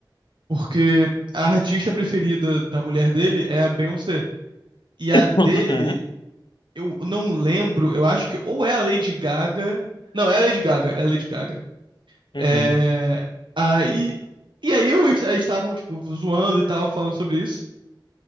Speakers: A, on the right; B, on the left.
A: Porque a artista preferida da mulher dele é a Beyoncé. E a
B: <laughs>
A: dele, eu não lembro, eu acho que ou é a Lady Gaga. Não, é a Lady Gaga, é a Lady Gaga. É,
B: Uhum, uhum,
A: aí, e aí eu, eles eles estavam, tipo, zoando e tal, falando sobre isso.